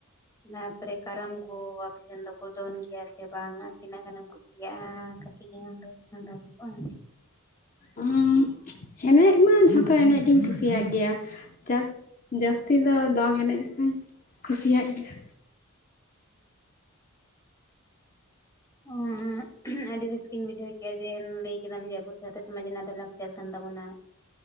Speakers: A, on the left (about 15°); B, on the left (about 40°).
A: ᱛᱟᱯᱚᱨᱮ ᱠᱟᱨᱟᱢ ᱠᱚ ᱟᱯᱮ ᱥᱮᱱ ᱫᱚᱠᱚ ᱫᱚᱱ ᱜᱮᱭᱟ ᱥᱮ ᱵᱟᱝᱟ ᱛᱤᱱᱟᱹᱜ ᱜᱟᱱᱮᱢ ᱠᱩᱥᱤᱭᱟᱜᱼᱟ <inaudible>
B: ᱚᱢ ᱮᱱᱮᱡ ᱢᱟ ᱡᱷᱚᱛᱚ ᱮᱱᱮᱡ ᱜᱤᱧ ᱠᱩᱥᱤᱭᱟᱜ ᱜᱮᱭᱟ ᱡᱟᱥ ᱡᱟᱹᱥᱛᱤ ᱫᱚ ᱫᱚᱝ ᱮᱱᱮᱡ ᱠᱩᱧ ᱠᱩᱥᱤᱭᱟᱜ ᱜᱮᱭᱟ
A: ᱚᱸ ᱟᱹᱰᱤ ᱨᱟᱹᱥᱠᱟᱹᱧ ᱵᱩᱡᱷᱟᱹᱣ ᱠᱮᱜᱼᱟ ᱡᱮ ᱞᱟᱹᱭ ᱠᱮᱫᱟᱢ ᱡᱮ ᱟᱵᱚ ᱥᱟᱶᱛᱟ ᱥᱚᱢᱟᱡᱽ ᱨᱮᱱᱟᱜ ᱫᱚ ᱞᱟᱠᱪᱟᱨ ᱠᱟᱱ ᱛᱟᱵᱚᱱᱟ